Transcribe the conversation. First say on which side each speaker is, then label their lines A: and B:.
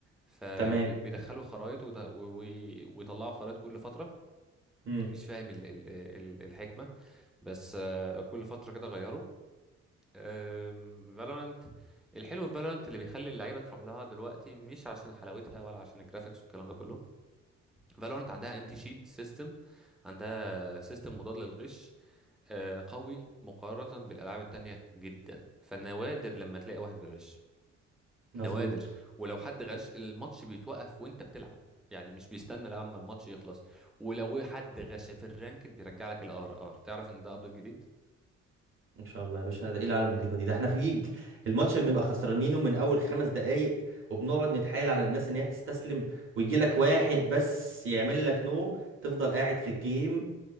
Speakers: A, in the centre; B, on the right (about 45°).
A: فبيدخلوا
B: تمام
A: خرائط ويط... وي- ويطلعوا خرائط كل فتره
B: امم
A: مش فاهم ال... ال... ال- الحكمه بس آه كل فتره كده غيروا فالورانت الحلو في فالورانت اللي بيخلي اللعيبه تروح لها دلوقتي مش عشان حلاوتها ولا عشان الجرافيكس والكلام ده كله فالورانت عندها انتي شيت سيستم عندها سيستم مضاد للغش آه، قوي مقارنه بالالعاب التانية جدا فنوادر لما تلاقي واحد بيغش
B: مظبوط
A: نوادر ولو حد غش الماتش بيتوقف وانت بتلعب يعني مش بيستنى لما الماتش يخلص ولو حد غش في الرانك بيرجع لك الار ار تعرف ان ده ابديت جديد
B: ان شاء الله يا باشا ده ايه العالم النظيفه دي ده احنا في ليج الماتش بنبقى خسرانينه من اول خمس دقائق وبنقعد نتحايل على الناس ان هي تستسلم ويجي لك واحد بس يعمل لك نو تفضل قاعد في الجيم